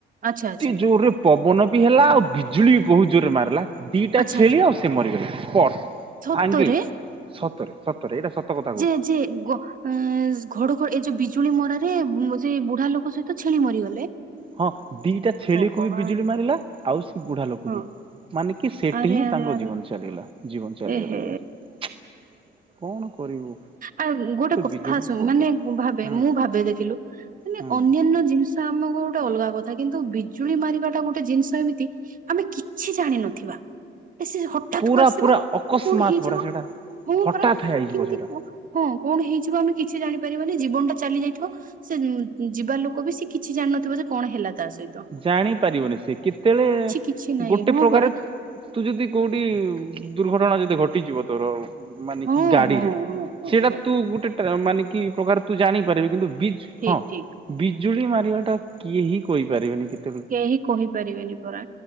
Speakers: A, on the right; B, on the right.
A: ଆଚ୍ଛା
B: ଏଠି
A: ଆଚ୍ଛା
B: ଜୋରେ ପବନ ବି ହେଲା ଆଉ ବିଜୁଳି ବି ବହୁତ୍ ଜୋରେ ମାରଲା। ଦିଟା
A: ଆଚ୍ଛା
B: ଛେଳି
A: ଆଚ୍ଛା
B: ଆଉ ସେ ମରିଗଲେ ସ୍ପଟ
A: ସତରେ
B: ସାଙ୍ଗେ ସତରେ ସତରେ ଏଇଟା ସତକଥା।
A: ଯେ ଯେ ଗ ଅଁ ଘଡ଼ ଘ ଏଇ ଯୋଉ ବିଜୁଳି ମରାରେ ସେ ବୁଢ଼ା ଲୋକ ସହିତ ଛେଳି ମରିଗଲେ।
B: ହଁ ଦିଟା ଛେଳିକୁ
A: ଭଗବାନ
B: ବି ବିଜୁଳି ମାରିଲା, ଆଉ ସେ ବୁଢ଼ା ଲୋକ
A: ହଁ
B: ବି। ମାନେ କି ସେଠି
A: ଆରେ
B: ହିଁ
A: ଆରେ
B: ତାଙ୍କ
A: ଆରେ
B: ଜୀବନ ଚାଲିଗଲା ଜୀବନ ଚାଲିଗଲା
A: ଏ ହେ
B: ୟାର୍। କଣ କରିବୁ?
A: ଆ ଗୋଟେ କଥା
B: ବିଜୁଳି
A: ଶୁ
B: ବି ବହୁତ
A: ମାନେ
B: ଡର
A: ଭାବେ
B: ହୁଁ
A: ମୁଁ ଭାବେ ଦେଖିଲୁ ମାନେ
B: ହୁଁ
A: ଅନ୍ୟ ନ୍ୟ ଜିନିଷ ଆମକୁ ଗୋଟେ ଅଲଗା କଥା କିନ୍ତୁ ବିଜୁଳି ମାରିବାଟା ଗୋଟେ ଜିନିଷ ଏମିତି ଆମେ କିଛି ଜାଣିନଥିବା ଏ ସେ ହ ଟାକ୍
B: ପୁରା
A: କୁ ଆସିବ
B: ପୁରା
A: କଣ
B: ଅକସ୍ମାତ
A: ହେଇଯିବ
B: ପରା ସେଇଟା
A: ହଁ
B: ହଠାତ୍
A: ପରା କେମିତି
B: ହେଇଯିବ ସେଇଟା
A: କ ହଁ କଣ ହେଇଯିବ ଆମେ କିଛି ଜାଣିପାରିବାନି ଜୀବନ ଟା ଚାଲି ଯାଇଥିବ। ସେ ଯିବା ଲୋକ ବି ସେ କିଛି ଜାଣିନଥିବ ଯେ କଣ ହେଲା ତା ସହି
B: ଜାଣି ପାରିବନି ସେ କେତେଏଳେ
A: କିଛି ନାହିଁ
B: ଗୋଟେ
A: ହଁ
B: ପ୍ରକାର
A: ପରା
B: ତୁ ଯଦି କୋଉଠି ଦୁର୍ଘଟଣା ଯଦି ଘଟିଯିବ ତୋର ମାନେ
A: ହଁ
B: କି ଗାଡ଼ିରେ
A: ହଁ ହଁ ହଁ
B: ସେଇଟା
A: ହଁ
B: ତୁ ଗୁଟେ ଟ୍ରା ମାନେ କି ପ୍ରକାର ତୁ ଜାଣିପାରିବୁ କି ତୁ ବିଜ୍
A: ଠିକ୍ ଠିକ୍।
B: ବିଜୁଳି ମାରିବା ଟା କିଏ ହି କହିପାରିବେନି କେ
A: କେହି କହିପାରିବେନି ପରା